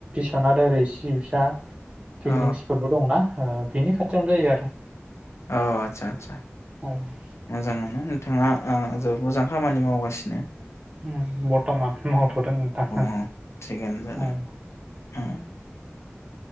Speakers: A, on the right; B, on the left.
A: खाना दा ओरै सिब सा पिकनिक
B: औ
A: स्पितबो दंना? ओ बेनि खाथियावनो जायो आरो
B: औ आतसा आदसा
A: औ
B: मोजाङानो नोंथाङा ओ जोबोद मोजां खामानि मावगास सिनो
A: होम बरथमान मावथदों नोथां हो
B: औ थिगानो जादों
A: ओ
B: उम